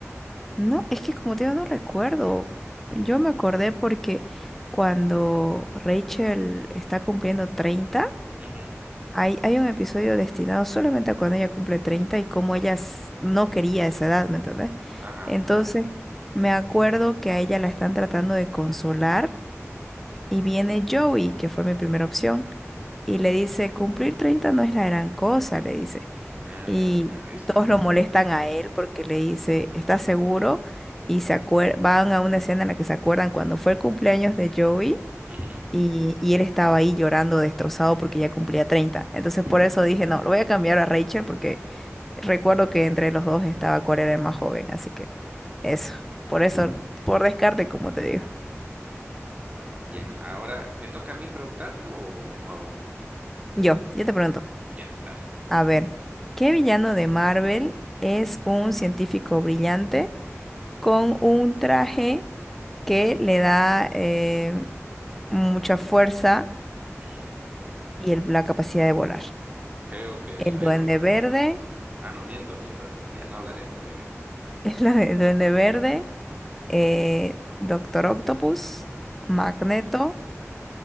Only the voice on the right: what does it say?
Ujú,
ujú.
Ajá.
Ah,
ahí
está.
Ujú.
<laughs>
Ujú.
Ya, ahora, ¿me toca a mí preguntarte o, o a vos?
Ya, dale.
Ujú.
Creo que
es Iron
Man.
Ah, no, miento, miento. Ya no hablaré, no hablaré.
Ya.